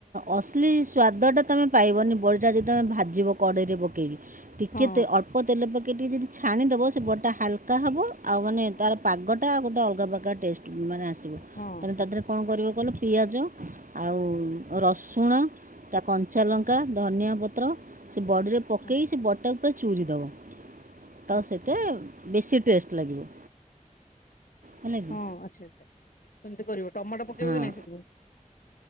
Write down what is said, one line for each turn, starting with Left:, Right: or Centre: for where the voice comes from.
Right: ଅଶ୍ଲି ସ୍ୱାଦଟା ତୁମେ ପାଇବନି ବଡ଼ିଟା ଯଦି ତୁମେ ଭାିବ କଡ଼େଇରେ ପକାଇବି। ଟିକେ
Left: ହଁ
Right: ଅଳ୍ପତେଲ ପକେଇ େ ଟିକେ ଯଦି ଛାଣିଦବ ସେ ବଡ଼ଟା ହାଲକା ହେବ। ଆଉ ମାନେ
Left: ହଁ
Right: ତର ପାଗଟା ଗୋଟେ ଅଲଗା ପ୍ରକାର ଟେଷ୍ଟ ମାନେ ଆସିବ
Left: ହଁ
Right: ତେ
Left: ହଁ
Right: ତା ଦେହରେ କଣ କରିବ କହିଲ। ପିଆଜ ଆଉ ରସୁଣ ତା କଞ୍ଚାଲଙ୍କା ଧନିଆ ପତ୍ର ସେ ବର୍ଡ଼ରେ ପକେଇ
Left: ହଁ
Right: ସେ ବର୍ଟାକୁ ପ ଚୁରି ଦବ
Left: ହଁ
Right: ତ ସେହିତ ବେଶୀ ଟେଷ୍ଟ ଲାଗିବ। ହେଲା କି
Left: ହଁ ଆଚଛା ଆଚଛା ସେମିତି କରିବ ଟମାଟୋ ପକେଇବ
Right: ହଁ
Left: କି ନାଇଁ ସେ